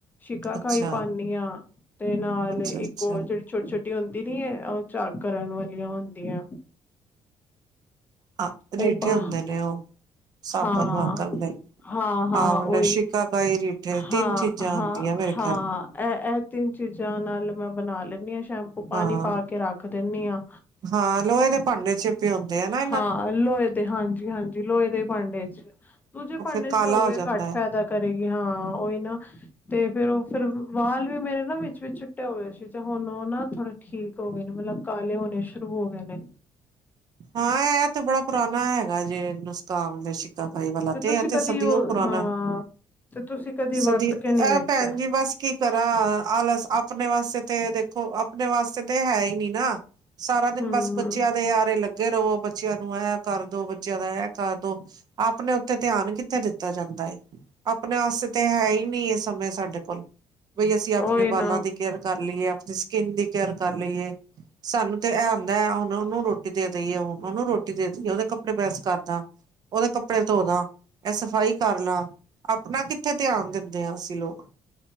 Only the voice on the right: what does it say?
ਅੱਛਾ
ਅੱਛਾ
ਅੱਛਾ
ਹਾਂ
ਰੀਠੇ
ਹੁੰਦੇ ਨੇ ਉਹ, ਸਾਬਣ
ਵਾਕਣ ਦੇ।
ਆਹੋ ਲਸ਼ਿਕਾ
ਕਾਈ ਰੀਠੇ ਤਿੰਨ
ਚੀਜ਼ਾਂ ਹੁੰਦੀਆਂ ਮੇਰੇ ਖਿਆਲ
ਹਾਂ
ਹਾਂ, ਲੋਹੇ ਦੇ ਭਾਂਡੇ'ਚ। ਤੇ ਹੁੰਦੇ ਹਨਾ।
ਉਹ ਫਿਰ
ਕਾਲਾ
ਜਾਂਦਾ
ਹੈ
ਹਾਂ, ਐ ਤੇ ਬੜਾ ਪੁਰਾਣਾ ਹੈਗਾ ਜੇ, ਨੁਸਖ਼ਾ, ਆਮਲੇ, ਸ਼ਿਕ ਭਾਈ ਵਾਲਾ ਤੇ
ਆ ਤੇ,
ਏ ਤੇ ਸਦੀਓ
ਪੁਰਾਣਾ।
ਸਦੀ,
ਐ ਭੈਣ ਜੀ, ਬਸ ਕੀ ਤਰਾਂ, ਆਲਸ ਆਪਣੇ ਵਾਸਤੇ ਤੇ ਦੇਖੋ, ਆਪਣੇ ਵਾਸਤੇ ਤੇ ਹੈਹੀ ਨੀ ਨਾ। ਸਾਰਾ ਦਿਨ
ਬਸ ਬੱਚਿਆਂ ਦੇ ਆਰੇ ਲੱਗੇ ਰਵੋ, ਬੱਚਿਆਂ ਨੂੰ ਐ ਕਰਦੋ, ਬੱਚਿਆਂ ਦਾ ਐ ਕਰਦੋ। ਆਪਣੇ ਉੱਤੇ ਧਿਆਨ ਕਿੱਥੇ ਦਿੱਤਾ ਦਿੱਤਾ ਜਾਂਦਾ ਏ, ਅਪਣੇ ਵਾਸਤੇ ਤੇ ਹੈਹੀ ਨਹੀਂ ਏ, ਇਹ ਸਮੇਂ ਸਾਡੇ ਕੋਲ। ਬਈ ਅਸੀਂ ਆਪਣੇ
ਬਾਲਾਂ
ਦੀ ਕੇਅਰ ਕਰ ਲੀਏ, ਆਪਣੀ ਸਕਿੰਨ ਦੀ ਕੇਅਰ ਕਰ ਲੀਏ, ਸਾਨੂੰ ਤੇ ਆਂਦਾ ਹੈ ਉਹ ਉਹਨੂੰ ਰੋਟੀ ਦੇ ਦੀਏ ਹੂਣ, ਉਹਨੂੰ ਰੋਟੀ ਦੇ ਦਈਏ, ਉਹਦੇ ਕੱਪੜੇ ਪ੍ਰੈਸ ਕਰਦਾ। ਉਹਦੇ ਕੱਪੜੇ ਧੋਦਾਂ, ਇਹ ਸਫ਼ਾਈ ਕਰਲਾਂ। ਆਪਣਾ ਕਿੱਥੇ ਧਿਆਨ ਦਿੰਦੇ ਆਂ, ਅਸੀਂ ਲੋਕ।